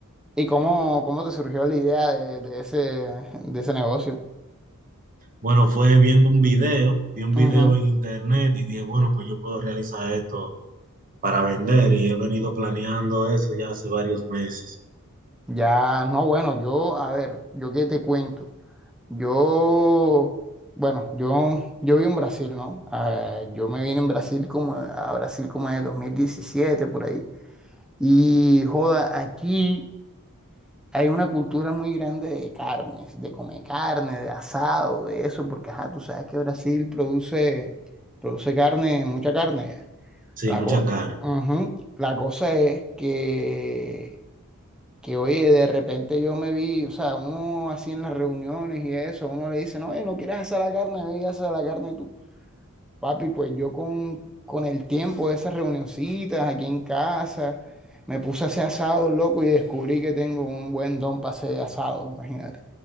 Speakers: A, in the centre; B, on the right (about 40°).
A: ¿Y cómo, cómo te surgió la idea de, de ese, de ese negocio?
B: Bueno, fue viendo un video, vi un video
A: Ujú.
B: en internet y dije, bueno, pues yo puedo realizar esto para vender y he venido planeando eso ya hace varios meses.
A: Ya, no, bueno, yo, a ver, yo qué te cuento. Yo, bueno, yo, yo vivo en Brasil, ¿no? Eh, yo me vine en Brasil como, a Brasil como en el 2017 por ahí. Y, joda, aquí hay una cultura muy grande de carnes, de comer carne, de asado, de eso, porque, ajá, tú sabes que Brasil produce, produce carne, mucha carne ya.
B: Sí,
A: La,
B: mucha
A: co-
B: carne.
A: Ujú. La cosa es que que oye, de repente yo me vi, o sea, uno así en las reuniones y eso, uno le dice, no, oye, no quieres hacer la carne, ve y haces la carne tú. Papi, pues yo con, con el tiempo de esas reunioncitas aquí en casa, me puse a hacer asado, loco, y descubrí que tengo un buen don para hacer asado, imagínate.